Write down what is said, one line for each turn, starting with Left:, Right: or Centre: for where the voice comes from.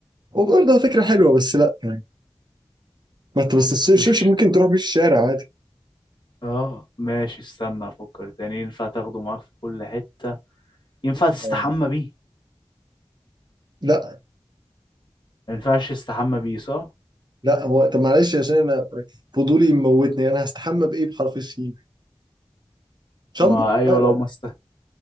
Right: وبرضه فكرة حلوة بس لا يعني ما انت بس الشبشب
Left: مش الش-
Right: ممكن تروح بيه الشارع عادي
Left: اه ماشي استنى افكر تاني ينفع تاخده معاك في كل حتة ينفع تستحمى
Right: آه.
Left: بيه
Right: لا
Left: ما ينفعش تستحمى بيه صح
Right: لا هو طب معلش عشان انا فضولي موتني انا هستحمى بايه بحرف الشين شامبو
Left: ما ايوه
Right: لا لا
Left: لو ما است